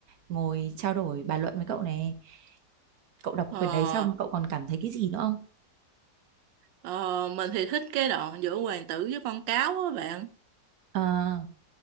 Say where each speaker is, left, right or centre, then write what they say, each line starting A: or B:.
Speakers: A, on the right (about 60°); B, on the right (about 85°).
A: ngồi trao đổi bàn luận với cậu này cậu đọc
B: ờ,
A: quyển đấy xong cậu còn cảm thấy cái gì nữa không
B: ờ mình thì thích cái đoạn giữa hoàng tử với con cáo á bạn
A: à,